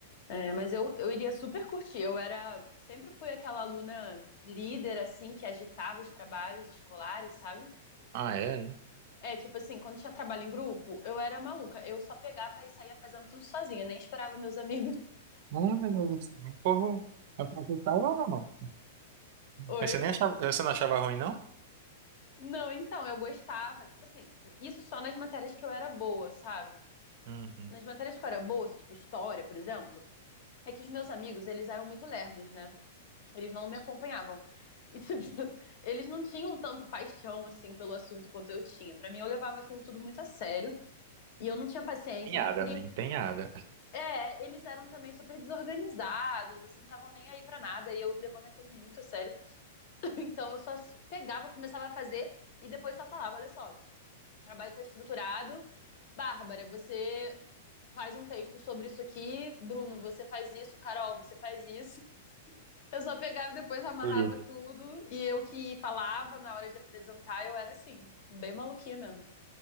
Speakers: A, on the left; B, on the right.
A: É, mas eu, eu iria super curtir. Eu era, sempre fui aquela aluna líder, assim, que agitava os trabalhos escolares, sabe?
B: Ah, é? é.
A: É, tipo assim, quando tinha trabalho em grupo, eu era maluca. Eu só pegava e saía fazendo tudo sozinha, nem esperava meus amigos. <laughs>
B: Ah, meu Deus do céu. O povo aproveitava ou não?
A: Oi?
B: Mas você nem achava, você não achava ruim, não?
A: Não, então, eu gostava, tipo assim, isso só nas matérias que eu era boa, sabe?
B: Uhum.
A: Nas matérias que eu era boa, assim, tipo história, por exemplo, é que os meus amigos, eles eram muito lerdos, né? Eles não me acompanhavam. E, tipo, <laughs> eles não tinham tanta paixão, assim, pelo assunto quanto eu tinha. Pra mim, eu levava aquilo tudo muito a sério. E eu não tinha paciência,
B: Empenhada,
A: eu não queria
B: né? Empenhada.
A: É, eles eram também super desorganizados, assim, estavam nem aí pra nada, e eu levando aquilo muito a sério. <laughs> Então eu só pegava, começava a fazer e depois só falava, olha só, o trabalho tá estruturado, Bárbara, você faz um texto sobre isso aqui, Bruno, você faz isso, Carol, você faz isso. <laughs> Eu só pegava e depois amarrava
B: Líder.
A: tudo, e eu que falava na hora de apresentar, eu era assim, bem maluquinha mesmo.